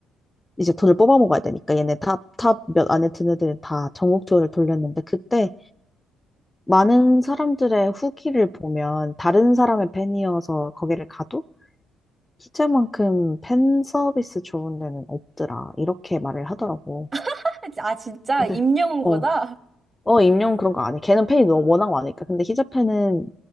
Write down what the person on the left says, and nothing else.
이제 돈을 뽑아 먹어야 되니까 얘네 탑, 탑 몇 안에 드는 애들은 다 전국 투어를 돌렸는데 그때 많은 사람들의 후기를 보면 다른 사람의 팬이어서 거기를 가도 희재만큼 팬 서비스 좋은 데는 없더라. 이렇게 말을 하더라고.
근데,
어, 어, 임용 그런 거 안 해. 걔는 팬이 너무 워낙 많으니까. 근데 히잡팬은